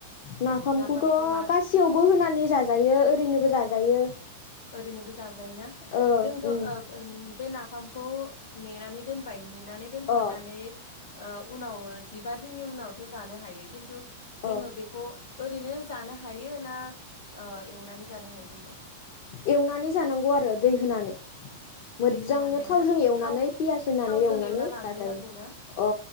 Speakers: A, on the left; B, on the left.
A: नाफामखौथ'
B: नाफामखौ मा
A: गासैयावबो होनानै जाजायो ओरैनोबो जाजायो
B: ओरैनोबो जाजायोना
A: ओ
B: जोंथ' ओ
A: उम
B: बे नाफामखौ मेनानै दोनबाय मेनानै दोनखांनानै
A: अ
B: उनाव जिबा दिननि उनावथ' जानो हायो खिनथु
A: अ
B: जोङो बेखौ ओरैनो जानो हायो ना ओ एवनानै जानो हायो बेखौ
A: एवनानै जानांगौ आरो दै होनानै मोजजांनो
B: दै होनानै
A: थावजों
B: ना
A: एवनानै
B: थाव
A: पियास होनानै
B: थावजों
A: एवनानै
B: एवना लाग्रोनांगौ
A: जाजायो
B: ना
A: अ